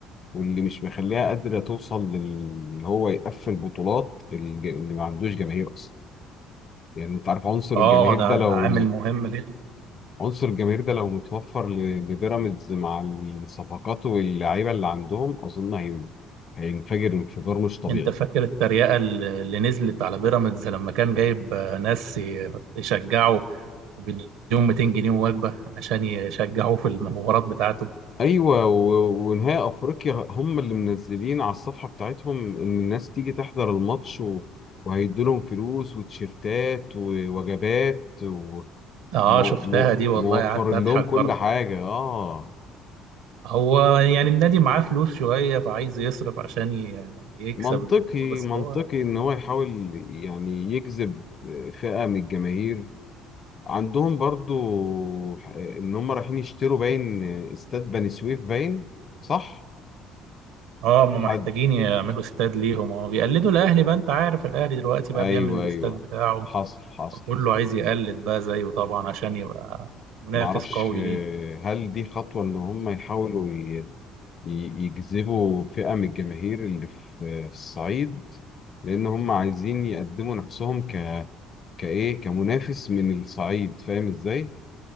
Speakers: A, on the left; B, on the right.
A: واللي مش مخليها قادرة توصل لل هو يقفل بطولات الج- اللي ما عندوش جماهير اصلا يعني انت عارف عنصر
B: اه
A: الجماهير
B: ده
A: ده لو
B: ده عامل مهم جدا
A: عنصر الجماهير ده لو متوفر ل- لبيراميدز مع الصفقات واللعيبه اللي عندهم اظن هين- هينفجر انفجار مش طبيعي
B: انت فاكر التريقة اللي نزلت على بيراميدز لما كان جايب ناس يشجعوا وبيديهم 200 جنيه وجبة عشان يشجعوه في المباراة بتاعته
A: ايوه و- ونهائي افريقيا هم اللي منزلين على الصفحه بتاعتهم ان الناس تيجي تحضر الماتش و... وهيدوا لهم فلوس وتيشيرتات ووجبات
B: اه
A: وموفرين
B: شفتها دي والله قعدت اضحك
A: لهم كل
B: برضه
A: حاجه اه
B: هو يعني النادي معاه فلوس شوية فعايز يصرف عشان ي- يكسب
A: منطقي
B: الجمهور بس
A: منطقي
B: هو
A: ان هو يحاول يعني يجذب فئه من الجماهير عندهم برضو ح- ان هم رايحين يشتروا باين آه، استاد بني سويف باين صح
B: اه هم
A: حد
B: محتاجين يعملوا استاد ليهم اه بيقلدوا الاهلي بقى انت عارف الاهلي دلوقتي بقى
A: ايوه
B: بيعمل الاستاد
A: ايوه
B: بتاعه
A: حصل حصل
B: فكله عايز يقلد بقى زيه طبعا عشان يبقى منافس
A: معرفش
B: قوي
A: آه،
B: ليه
A: هل دي خطوة ان هم يحاولوا ي- ي- يجذبوا فئة من الجماهير اللي في آه، في الصعيد لان هم عايزين يقدموا نفسهم ك كايه كمنافس من الصعيد فاهم ازاي